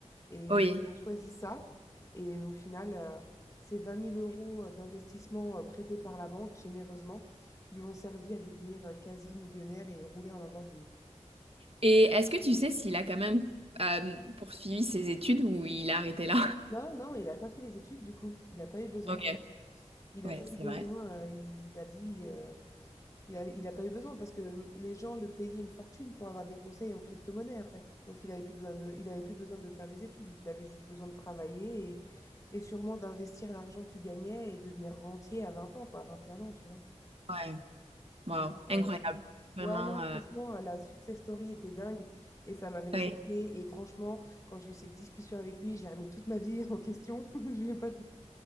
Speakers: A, on the left; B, on the right.
A: Et
B: Oui.
A: il a choisi ça. Et au final, euh, ces vingt mille euros euh, d'investissement euh, prêtés par la banque généreusement lui ont servi à devenir euh, quasi millionnaire et rouler en Lamborghini.
B: Et est-ce que tu sais s'il a quand même euh, poursuivi ses études ou il a arrêté là?
A: Non, non, il n'a pas fait les études du coup. Il n'a pas
B: <laughs>
A: eu besoin.
B: Ok.
A: Il n'a
B: Ouais,
A: pas eu
B: c'est
A: besoin.
B: vrai.
A: euh, il a dit. euh, il a, il a pas eu besoin parce que hum, les gens le payaient une fortune pour avoir des conseils en crypto-monnaie après. Donc il n'avait plus besoin de, il avait plus besoin de faire les études. Il avait juste besoin de travailler et, et sûrement d'investir l'argent qu'il gagnait et devenir rentier à 20 ans, quoi, à 21 ans, tu vois.
B: Ouais, wow,
A: Donc,
B: incroyable.
A: euh,
B: Vraiment,
A: ouais, non,
B: euh,
A: franchement, euh, la success story était dingue et ça m'avait
B: ouais,
A: choquée. Et franchement, quand j'ai eu cette discussion avec lui, j'ai remis toute ma vie en question. <laughs> Je vais pas te...